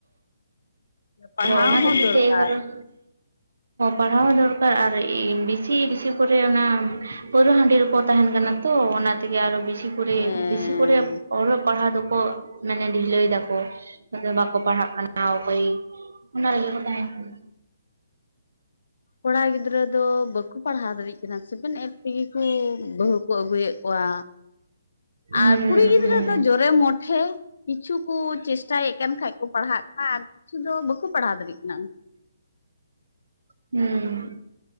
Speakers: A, on the left; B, on the right.
A: ᱯᱟᱲᱦᱟᱣ
B: ᱟᱨ ᱚᱱᱟ
A: ᱦᱚᱸ
B: ᱠᱷᱟᱹᱛᱤᱨ
A: ᱫᱚᱨᱠᱟᱨ
B: ᱛᱮ ᱮ ᱠᱟᱨᱚᱱ ᱯᱟᱲᱦᱟᱣ ᱫᱚᱨᱠᱟᱨ ᱟᱨ ᱵᱮᱥᱤ ᱵᱮᱥᱤ ᱠᱚᱨᱮ ᱚᱱᱟ ᱯᱟᱹᱣᱨᱟᱹ ᱦᱟᱺᱰᱤ ᱨᱮᱠᱚ ᱛᱟᱦᱮᱱ ᱠᱟᱱᱟ ᱛᱚ ᱚᱱᱟ ᱛᱮᱜᱮ ᱟᱨᱚ ᱵᱮᱥᱤ ᱵᱮᱥᱤ ᱠᱚᱨᱮ
A: ᱦᱮᱸ
B: ᱵᱮᱥᱤ ᱠᱚᱨᱮ ᱚᱞᱚᱜ ᱯᱟᱲᱦᱟᱜ ᱫᱚᱠᱚ ᱢᱟᱱᱮ ᱰᱷᱤᱞᱟᱹᱭ ᱫᱟᱠᱚ ᱵᱟᱠᱚ ᱯᱟᱲᱦᱟᱜ ᱠᱟᱱᱟ ᱚᱠᱚᱭ ᱚᱱᱟ ᱨᱮᱜᱮ ᱠᱚ ᱛᱟᱦᱮᱱ ᱠᱟᱱᱟ
A: ᱠᱚᱲᱟ ᱜᱤᱫᱽᱨᱟᱹ ᱫᱚ ᱵᱟᱠᱚ ᱯᱟᱲᱦᱟᱣ ᱫᱟᱲᱭᱟᱜ ᱠᱟᱱᱟ ᱥᱮᱵᱮᱱ ᱮᱤᱴ ᱛᱮᱜᱮ ᱠᱚ ᱵᱟᱹᱦᱩ ᱠᱚ ᱟᱹᱜᱩᱭᱮᱫ ᱠᱚᱣᱟ
B: ᱦᱩᱸ
A: ᱟᱨ ᱠᱩᱲᱤ ᱜᱤᱫᱽᱨᱟᱹ ᱫᱚ ᱡᱚᱨᱮ ᱢᱚᱴᱷᱮ ᱠᱤᱪᱷᱩ ᱠᱚ ᱪᱮᱥᱴᱟᱭᱮᱫ ᱠᱟᱱ ᱠᱷᱟᱡ ᱠᱚ ᱯᱟᱲᱦᱟᱜ ᱠᱟᱱᱟ ᱟᱨ ᱠᱤᱪᱷᱩ ᱫᱚ ᱵᱟᱠᱚ ᱯᱟᱲᱦᱟᱣ ᱫᱟᱲᱮᱭᱟᱜ ᱠᱟᱱᱟ
B: ᱦᱩᱸ